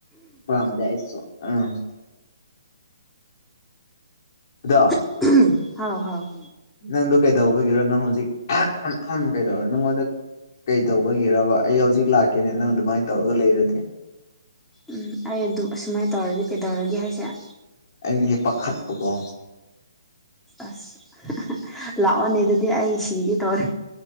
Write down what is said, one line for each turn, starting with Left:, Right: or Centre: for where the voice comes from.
Left: ꯄꯥꯥꯝꯗꯦ ꯑꯩꯁꯨ ꯎꯝ ꯑꯗꯣ
Centre: <unintelligible> ꯍꯥꯎ ꯍꯥꯎ
Left: ꯅꯪꯗꯨ ꯀꯩꯗꯧꯕꯒꯤꯔꯣ ꯅꯪ ꯍꯧꯖꯤꯛ ꯑꯍꯥ ꯑꯍꯝ ꯑꯍꯝ ꯀꯩꯗꯧꯔ ꯅꯪꯉꯣꯟꯗ ꯀꯩ ꯇꯧꯕꯒꯤꯔꯕ ꯑꯩ ꯍꯧꯖꯤꯛ ꯂꯥꯛꯀꯦꯅꯦ ꯅꯪ ꯑꯗꯨꯃꯥꯏꯅ ꯇꯧꯔꯒ ꯂꯩꯔꯗꯤ
Centre: ꯎꯝ ꯑꯩ ꯑꯗꯨꯝ ꯑꯁꯨꯃꯥꯏ ꯇꯧꯔꯗꯤ ꯀꯩꯗꯧꯔꯒꯦ ꯍꯥꯏꯁꯦ
Left: ꯑꯩꯁꯦ ꯄꯥꯈꯠꯄꯀꯣ
Centre: ꯑꯁ <unintelligible> ꯂꯥꯛꯑꯣꯅꯦ ꯑꯗꯨꯗꯤ ꯑꯩ ꯁꯤꯒꯦ ꯇꯧꯔꯦ